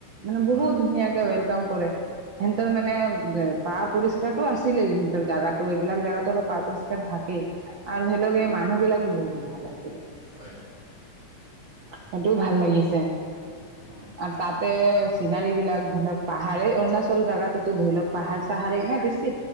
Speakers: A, on the right; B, on the right.
A: মানে বহুত
B: হয়
A: ধুনীয়াকে ৱেলকাম কৰে। সিহঁতৰ মানে এ পা পৰিস্কাৰতো আছিলেই সিহঁতৰ জোগাত এইবিলাক জেগাতো অলপ পা পৰিসকাৰ থাকে। ই আৰু ধৰি লকে মানুহ বিলাকো বহুত ভাল আছিলে।
B: হয়।
A: সেইটোও ভাল লাগিছে
B: অঁ
A: আৰু তাতে চিনাৰী বিলাক ধৰি লওক পাহাৰ এই অৰুণাচল জোগাতোতো ধৰি লওক পাহাৰ চাহাৰ নাই বেছি